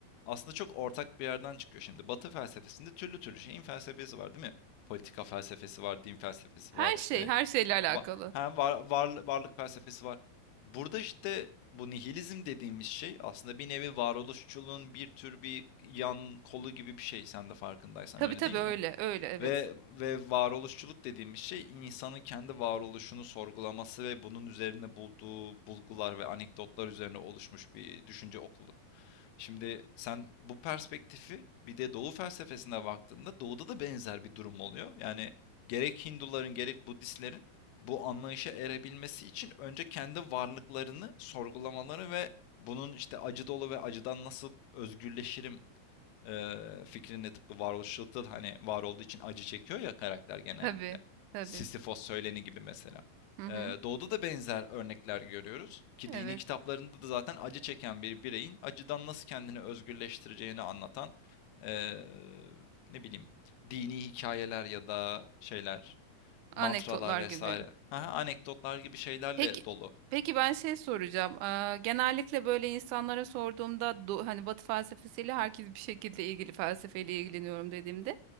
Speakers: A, on the left; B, on the right.
A: aslında çok ortak bir yerden çıkıyor şimdi. Batı felsefesinde türlü türlü şeyin felsefesi var, değil mi? Politika felsefesi var, din felsefesi
B: Her
A: var, işte
B: şey her şeyle alakalı.
A: va- hem var, var- varlık felsefesi var. Burada işte bu nihilizm dediğimiz şey aslında bir nevi varoluşçuluğun bir tür bir yan kolu gibi bir şey. Sen de farkındaysan
B: Tabii
A: öyle
B: tabii
A: değil
B: öyle
A: mi?
B: öyle evet.
A: Ve ve varoluşçuluk dediğimiz şey insanın kendi varoluşunu sorgulaması ve bunun üzerine bulduğu bulgular ve anekdotlar üzerine oluşmuş bir düşünce okulu. Şimdi sen bu perspektifi bir de Doğu felsefesine baktığında Doğu'da da benzer bir durum oluyor. Yani gerek Hinduların gerek Budistlerin bu anlayışa erebilmesi için önce kendi varlıklarını sorgulamaları ve bunun işte acı dolu ve acıdan nasıl özgürleşirim ee, fikrinin de tıpkı varoluşçulukta da hani var olduğu için acı çekiyor ya karakter genellikle.
B: Tabii tabii.
A: Sisyphos söyleni gibi mesela.
B: Hı hı,
A: Ee, doğuda da benzer örnekler görüyoruz ki dini
B: evet.
A: kitaplarında da zaten acı çeken bir bireyin acıdan nasıl kendini özgürleştireceğini anlatan ee, ne bileyim dini hikayeler ya da şeyler,
B: Anekdotlar
A: mantralar vesaire.
B: gibi.
A: Aha, anekdotlar gibi şeylerle
B: Peki,
A: dolu
B: peki ben şey soracağım. Eee, genellikle böyle insanlara sorduğumda do- hani Batı felsefesiyle herkes bir şekilde ilgili felsefeyle ilgileniyorum dediğimde